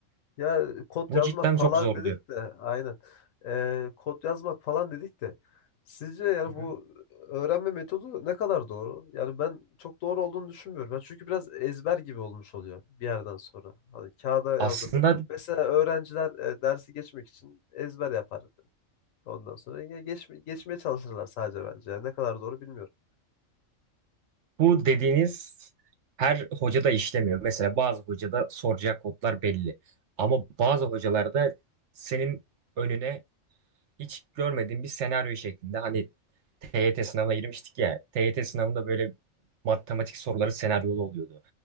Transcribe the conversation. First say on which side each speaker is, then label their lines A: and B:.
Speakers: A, on the left; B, on the right.
A: Ya kod
B: Bu
A: yazmak
B: cidden
A: falan
B: çok zordu.
A: dedik de aynen. Ee, kod yazmak falan dedik de sizce yani
B: Hı hı.
A: bu öğrenme metodu ne kadar doğru? Yani ben çok doğru olduğunu düşünmüyorum. Ben çünkü biraz ezber gibi olmuş oluyor bir yerden sonra. Hani kağıda yazdırmak.
B: Aslında
A: Mesela öğrenciler e, dersi geçmek için ezber yapar. Ondan sonra ya geç, geçmeye çalışırlar sadece bence. Yani ne kadar doğru bilmiyorum.
B: bu dediğiniz her hocada işlemiyor. Mesela bazı hocada soracak kodlar belli. Ama bazı hocalarda senin önüne hiç görmediğim bir senaryo şeklinde hani TYT sınavına girmiştik ya TYT sınavında böyle matematik soruları senaryolu oluyordu.